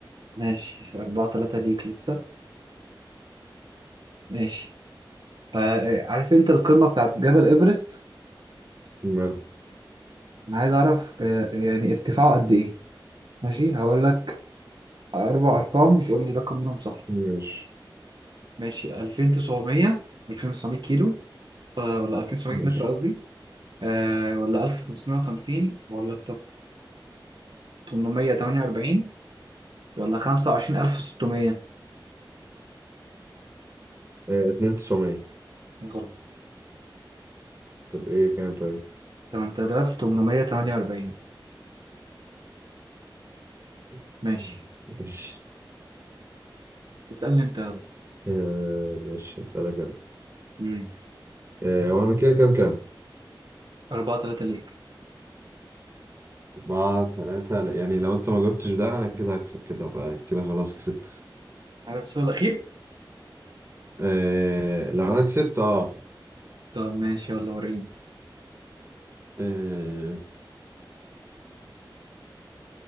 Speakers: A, on the right (about 65°); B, on the right (about 35°).
A: ماشي أربعة تلاتة ليك لسه ماشي آه آه، عارف أنت القمة بتاعت جبل إيفرست
B: ماله
A: أنا عايز أعرف آه يعني ارتفاعه قد إيه ماشي هقول لك أربع أرقام وتقول لي رقم منهم صح
B: ماشي
A: ماشي 2900 2900 كيلو آه ولا 2900
B: ماشي
A: متر قصدي آه ولا 1550 ولا 8848 ولا 25600
B: آه اتنين تسعمية
A: غلط
B: طب إيه كام طيب؟
A: 8848
B: <laughs>
A: ماشي اسألني انت يلا
B: آه مش هسألك أنا
A: امم
B: آه وأنا كده كام كام؟
A: 4 3 ليك
B: أربعة تلاتة لا، يعني لو أنت ما جاوبتش ده أنا كده هكسب كده أبقى كده خلاص كسبت
A: على السؤال الأخير
B: آه لو أنا كسبت أه
A: طب ماشي يلا وريني
B: آه،